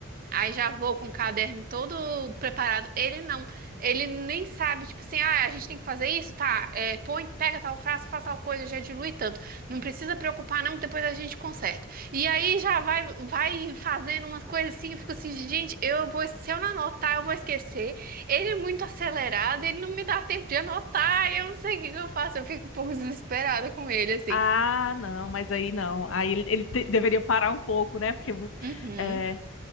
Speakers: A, on the right; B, on the left.
A: Aí já vou com o caderno todo preparado. Ele não. Ele nem sabe, tipo assim, ah, a gente tem que fazer isso, tá? É, põe, pega tal frasco, faz tal coisa, já dilui tanto. Não precisa preocupar, não, que depois a gente conserta. E aí já vai, vai fazendo umas coisas assim, eu fico assim, gente, eu vou, se eu não anotar, eu vou esquecer. Ele é muito acelerado, ele não me dá tempo de anotar, eu não sei o que que eu faço, eu fico um pouco desesperada com ele, assim.
B: Ah, não, mas aí não. Aí ele, ele te- deveria parar um pouco, né? Porque
A: Uhum,
B: é,